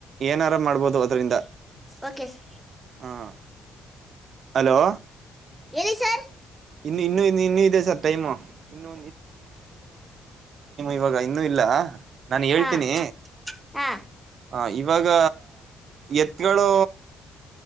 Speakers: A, on the right; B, in the centre.
A: ಏನಾರ ಮಾಡ್ಬೋದು ಅದರಿಂದ
B: ಓಕೆ ಸರ್
A: ಹ ಹಲೋ
B: ಹೇಳಿ ಸರ್.
A: ಇನ್ನು ಇನ್ನು ಇನ್ನು ಇನ್ನೂ ಇದೆ ಸರ್ ಟೈಮು ಇನ್ನು <unintelligible> ಇನ್ನು ಇಲ್ಲ ನಾನ್ ಹೇಳ್ತೀನಿ.
B: ಹಾ ಹಾ
A: ಹ ಇವಾಗ ಎತ್ಗಳು